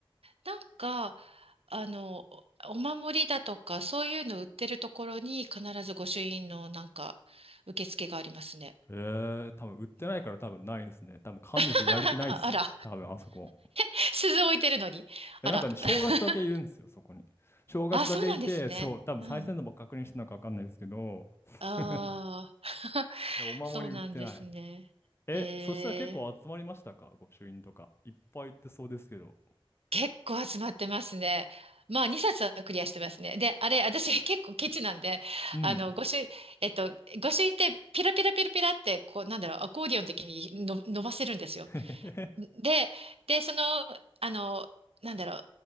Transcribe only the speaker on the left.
えー、多分売ってないから多分ないですね。
多分神主やる気ないっす。
多分あそこ。
えなんかね、
正月だけいるんですよ、
そこに。正月だけいて、
そう、多分賽銭のば確認してたのかわかんないですけど、
<laughs>
で、お守り売ってない。
え、
そしたら結構集まりましたか御朱印とか。いっぱい行ってそうですけど。
うん。
<laughs> へへへ